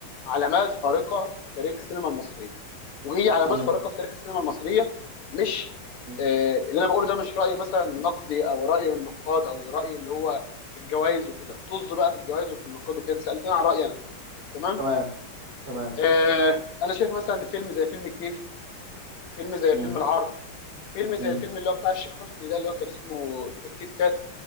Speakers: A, on the left; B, on the right.
A: علامات فارقه في تاريخ السينما المصريه وهي علامات
B: مم.
A: فارقه في تاريخ السينما المصريه مش
B: مم.
A: آه، اللي انا بقوله ده مش راي مثلا النقدي او راي النقاد او راي اللي هو الجوائز وكده طز بقى في الجوائز وفي النقاد وكده سالتني عن رايي انا تمام
B: تمام تمام
A: آه، انا شايف مثلا ان فيلم زي فيلم الكيف فيلم زي
B: مم.
A: فيلم العار فيلم زي
B: مم.
A: الفيلم اللي هو بتاع الشيخ حسني ده اللي هو كان اسمه الكيت كات